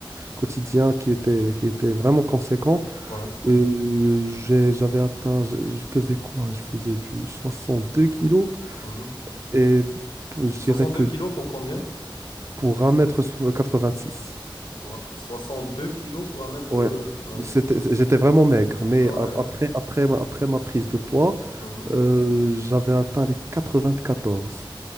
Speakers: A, on the right; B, on the left.
A: quotidien qui était, qui était vraiment conséquent.
B: Ouais.
A: Euh, j'ai- j'avais atteint, je, je pesais quoi? Je faisais du 62 kilos
B: Mhm.
A: et p- je dirais
B: 62
A: que
B: kilos
A: du-
B: pour combien?
A: pour 1m86.
B: Pour un- 62 kilos pour 1m86.
A: Ouais, c'était, j'étais vraiment maigre, mais
B: Ouais.
A: a- après, après, ma- après ma prise de poids,
B: Mhm.
A: Euh, j'avais atteint les 94.